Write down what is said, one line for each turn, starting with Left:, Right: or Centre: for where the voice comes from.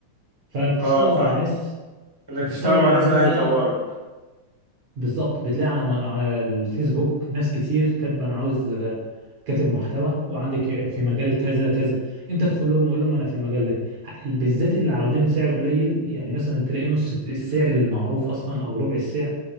Right: فبتشتغل
Centre: اه فاهمة
Right: مع ناس
Centre: انك
Right: بتشتغل
Centre: تشتغل مع
Right: مع
Centre: ناس
Right: ناس
Centre: ده
Right: بقى
Centre: هيطورك
Right: بالظبط بتلاقي على على الفيسبوك ناس كتير كاتبه انا عاوز كاتب محتوى وعندك في مجال كذا كذا انت ادخل لهم وقول لهم انا في المجال ده بالذات اللي عارضين سعر قليل يعني مثلا تلاقي نص السعر المعروف اصلا او ربع السعر